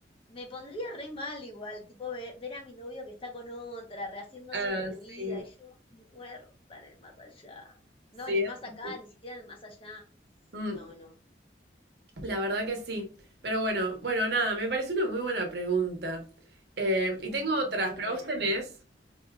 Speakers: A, on the left (about 30°); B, on the right (about 65°).
A: me pondría re mal igual, tipo ve- ver, a mi novio que está con otra, rehaciendo
B: ah,
A: su, su
B: sí,
A: vida, y yo muerta en el más allá. No,
B: sí.
A: en el
B: es-
A: más acá, ni siquiera en el más allá.
B: mm,
A: No, no,
B: la verdad que sí. Pero bueno, bueno, nada, me parece una muy buena pregunta. Eh,
A: mm,
B: y tengo otras,
A: muy
B: pero
A: buena.
B: vos tenés...